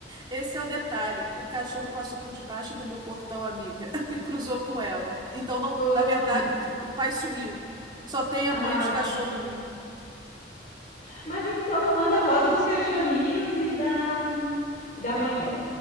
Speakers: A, on the right; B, on the left.
A: Esse é o detalhe. O cachorro passou por debaixo do meu portão, amiga, <laughs> e cruzou com ela. Então, não,
B: Oh,
A: na verdade,
B: meu Deus.
A: o pai sumiu. Só tem a
B: ai
A: mãe e os cachorrinhos.
B: Mas então me manda foto dos cachorrinhos e da, e da mãe dela,